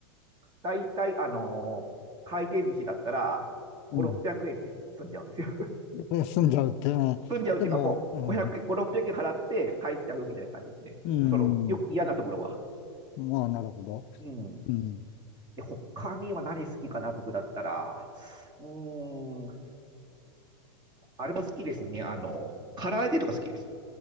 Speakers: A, on the right; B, on the left.
A: 大体、あの、回転寿司だったら、5、
B: うん。
A: 600円で済んじゃうんですよ。
B: で、済んじゃうって、ね。
A: <laughs> 済んじゃうっていうかもう、
B: でも、うん。
A: 500、5、600円払って帰っちゃうみたいな感じですね。
B: うん。
A: その、よ、嫌なところは。
B: まあ、なるほど。
A: うん。
B: うん。
A: で、他には何好きかな、僕だったら。うーん、あれも好きですね。あの、唐揚げとか好きです。